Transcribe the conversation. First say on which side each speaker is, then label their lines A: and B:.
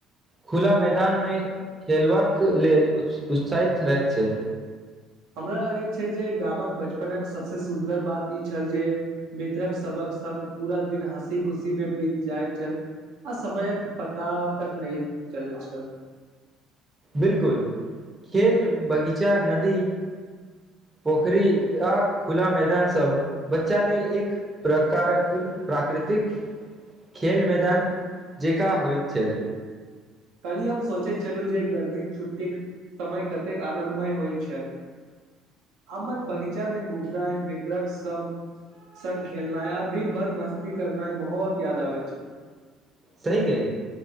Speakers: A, on the right; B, on the right.
A: खुला मैदानमे खेलबाक लेल उत्साहित रहैत छै
B: हमरा लगैत छै जे गामक बचपनक सभसँ सुन्दर बात ई छल जे मित्रक सभक संग पूरा दिन हँसी खुशी मे बीत जाइत छल आ समयक पता तक नहि चलैत छल
A: बिलकुल खेल बगीचा नदी
B: <inaudible>
A: पोखरी आ खुला मैदान सब बच्चा लेल एक प्रकारक प्राकृ खेल मैदान जेका हो छल
B: कली हम सोचे चलू जे गर्मी छुट्टी समय कतेक आनन्दमय होइ छल अमर बगीचा में घुमनाई मित्रक सम संग खेलेनाई आ दिन भर मस्ती करनाई बहुत याद आ बइ छै
A: सही केलै